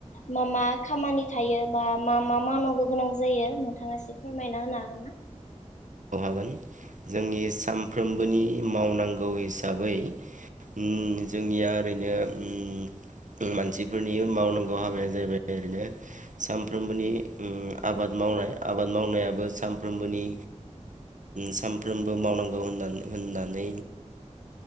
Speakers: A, on the left; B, on the right.
A: मा मा खामानि थायो बा मा मा मावनांगौ गोनां जायो नोंथाङा एसे फोरमायना होनो हागोन ना?
B: मोन जोंनि सानफ्रोमबोनि मावनांगौ हिसाबै उम जोंनिया ओरैनो ओम मानसिफोरनि मावनांगौ हाबाया जाहैबाय ओरैनो सानफ्रोमबोनि उम आबाद मावनाय आबाद मावनायाबो सानफ्रोमबोनि सानफ्रोमबो मावनांगौ <inaudible> <inaudible> फिसिनाय <inaudible> <inaudible> हमनानै